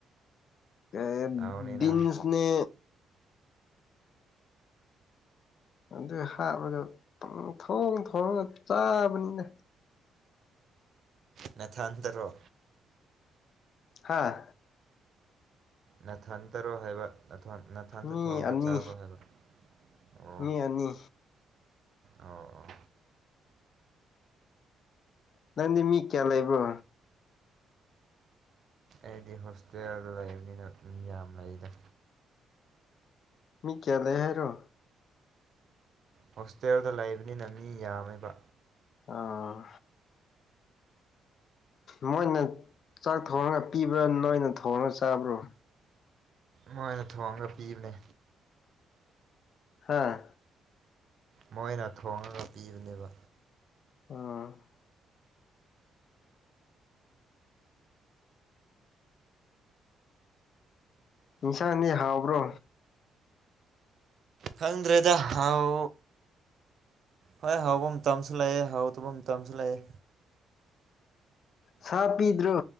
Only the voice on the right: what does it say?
ꯍꯥꯎꯅꯤꯅ
ꯅꯊꯟꯇꯔꯣ
ꯅꯊꯟꯇꯔꯣ ꯍꯥꯏꯕ ꯊ ꯅꯅꯥꯊꯟꯇ
ꯊꯣꯡꯉꯒ
ꯆꯥꯕ꯭ꯔꯣ ꯍꯥꯏꯕ ꯑꯣ
ꯑꯣ ꯑꯣ
ꯑꯩꯗꯤ ꯍꯣꯁꯇꯦꯜꯗ ꯂꯩꯕꯅꯤꯅ ꯃꯤ ꯌꯥꯝ ꯂꯩꯗ
ꯍꯣꯁꯇꯦꯜꯗ ꯂꯩꯕꯅꯤꯅ ꯃꯤ ꯌꯥꯝꯃꯦꯕ
ꯃꯣꯏꯅ ꯊꯣꯡꯉꯒ ꯄꯤꯕꯅꯦ
ꯃꯣꯏꯅ ꯊꯣꯡꯉꯒ ꯄꯤꯕꯅꯦꯕ
ꯈꯪꯗ꯭ꯔꯗ ꯍꯥꯎ ꯍꯣꯏ ꯍꯥꯎꯐꯝ ꯇꯁꯨ ꯂꯩꯑꯦ ꯍꯥꯎꯗꯕ ꯇꯁꯨ ꯂꯩꯑꯦ